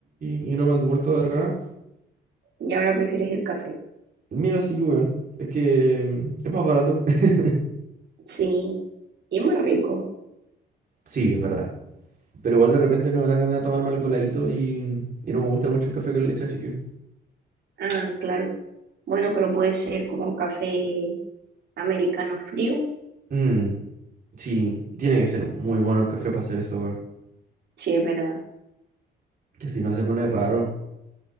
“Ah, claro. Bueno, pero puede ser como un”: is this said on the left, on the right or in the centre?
Right